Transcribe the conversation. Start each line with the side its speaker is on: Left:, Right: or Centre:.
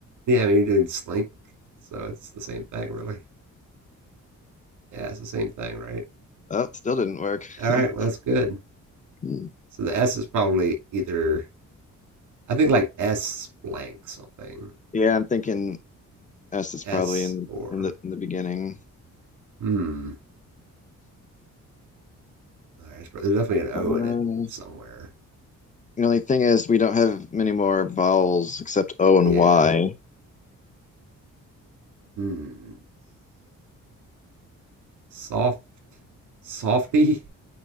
Right: Yeah, I mean you're doing slink, so it's the same thing really. Yeah, it's the same thing, right?
Left: Oh, still didn't work.
Right: All
Left: <laughs>
Right: right, well that's good.
Left: Hmm.
Right: So the S is probably either I think like S blank something.
Left: Yeah, I'm thinking S is
Right: S
Left: probably in the
Right: or
Left: in the in the beginning.
Right: hmm. All right, there's definitely an O
Left: Um,
Right: in it somewhere.
Left: the only thing is we don't have many more vowels except O
Right: Yeah.
Left: and Y.
Right: Hmm. Soft. Softy?